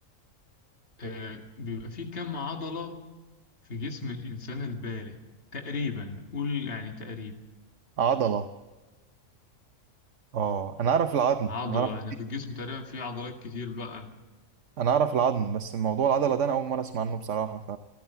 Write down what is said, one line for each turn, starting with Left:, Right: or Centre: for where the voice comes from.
Left: آه بيبقى في كم عضلة في جسم الإنسان البالغ تقريبا قول يعني تقريبا
Right: عضلة آه أنا أعرف العظم
Left: عضلة
Right: أنا أعرف
Left: يعني في الجسم تقريبا في عضلات كتير بقى
Right: انا اعرف العظم بس موضوع العضله ده انا اول مره اسمع عنه بصراحه ف